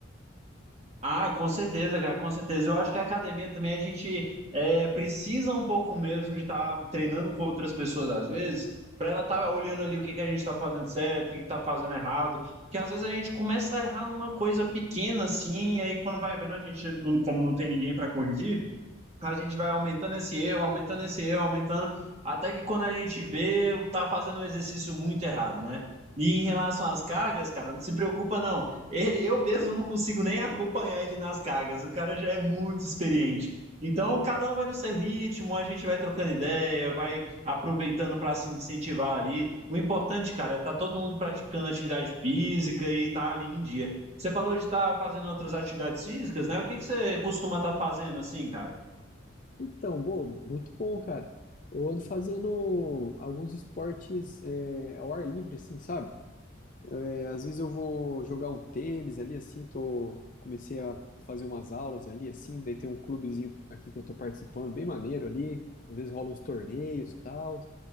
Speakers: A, on the right; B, on the left.
A: Ah, com certeza, cara, com certeza. Eu acho que a academia também a gente é, precisa um pouco mesmo de estar treinando com outras pessoas às vezes, para ela estar olhando ali o que que a gente está fazendo certo, o que que está fazendo errado, porque às vezes a gente começa a errar numa coisa pequena assim, e aí quando vai vendo a gente, não- como não tem ninguém para corrigir, a gente vai aumentando esse erro, aumentando esse erro, aumentando, até que quando a gente vê, tá fazendo um exercício muito errado, né? E em relação às cargas, cara, não se preocupa não. Ele, eu mesmo não consigo nem acompanhar ele nas cargas. O cara já é muito experiente. Então, cada um vai no seu ritmo, a gente vai trocando ideia, vai aproveitando para se incentivar ali. O importante, cara, é tá todo mundo praticando atividade física e tá ali em dia. Você falou de estar fazendo outras atividades físicas, né? O que que você costuma estar fazendo assim, cara?
B: Então, bom, muito bom, cara. Eu ando fazendo alguns esportes é, ao ar livre, assim, sabe? É, Às vezes eu vou jogar um tênis ali, assim, eu tô, comecei a fazer umas aulas ali, assim, daí tem um clubezinho aqui que eu tô participando, bem maneiro ali, às vezes rolam uns torneios e tal,